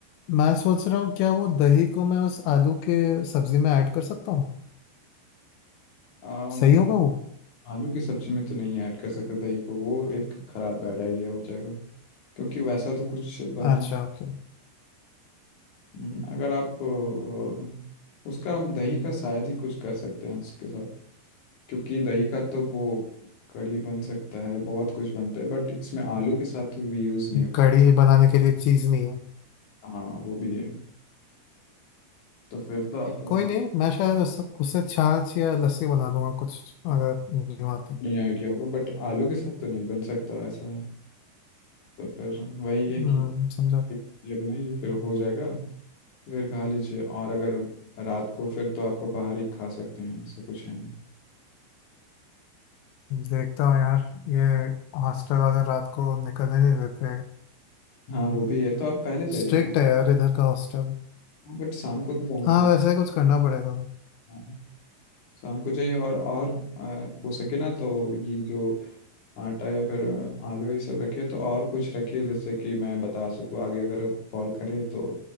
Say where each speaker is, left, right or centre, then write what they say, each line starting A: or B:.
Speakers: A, on the left; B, on the left.
A: मैं सोच रहा हूँ क्या वो दही को मैं उस आलू के सब्जी में ऐड कर सकता हूँ
B: आम,
A: सही होगा वो
B: आलू की सब्जी में तो नहीं ऐड कर सकते दही को वो एक खराब बैड आइडिया हो जाएगा क्योंकि वैसा तो कुछ बना
A: अच्छा ओके
B: हम्म, अगर आप अ, उसका दही का शायद ही कुछ कर सकते हैं उसके साथ क्योंकि दही का तो वो कढ़ी बन सकता है बहुत कुछ बनता है बट इसमें आलू के साथ भी यूज़ नहीं हो सकता
A: कढ़ी बनाने के लिए चीज़ नहीं है
B: हाँ वो भी है तो फिर तो आपका
A: कोई नहीं मैं शायद उस, उससे छाछ या लस्सी बना लूंगा कुछ अगर नहीं आती
B: नहीं आइडिया होगा बट आलू के साथ तो नहीं बन सकता वैसा है तो फिर वही है कि
A: हम्म, समझा
B: ये बनाइए फिर हो जाएगा तो फिर खा लीजिए और अगर रात को फिर तो आपको बाहर ही खा सकते हैं ऐसा कुछ है नहीं
A: देखता हूँ यार ये हॉस्टल वाले रात को निकलने नहीं देते
B: हाँ वो भी है तो आप पहले जाइए
A: स्ट्रिक्ट
B: ना
A: है यार इधर का हॉस्टल
B: हाँ बट शाम को तो जाना
A: हाँ
B: पड़ेगा
A: वैसे ही कुछ करना पड़ेगा
B: हाँ, शाम को जाइए और और आ, हो सके ना तो ये जो आटा या फिर आलू ये सब रखिए तो और कुछ रखिए जिससे कि मैं बता सकूँ आगे अगर कॉल करे तो